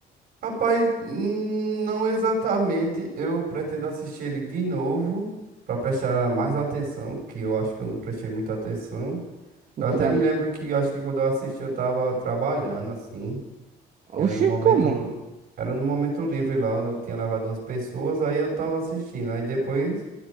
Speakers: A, on the right; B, on the right.
A: Rapaz, hum, não exatamente. Eu pretendo assistir ele de novo pra prestar mais atenção, que eu acho que eu não prestei muita atenção.
B: Futuramente,
A: Eu até me lembro
B: né?
A: que eu acho que quando eu assisti eu tava trabalhando assim, e era
B: Oxi,
A: no momento
B: como?
A: era no momento livre lá onde eu tinha levado umas pessoas, aí eu tava assistindo. Aí depois